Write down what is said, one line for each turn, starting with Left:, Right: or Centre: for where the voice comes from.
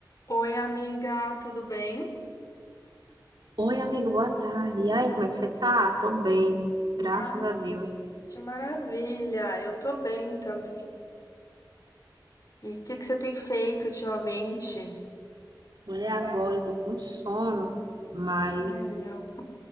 Left: Oi, amiga, tudo bem?
Right: Oi, amiga, boa tarde. E aí, como é que você tá? Tô bem, graças
Left: Ah,
Right: a Deus.
Left: que maravilha! Eu tô bem também. E o que que você tem feito ultimamente?
Right: Olha, agora eu tô com sono, mas
Left: Sério?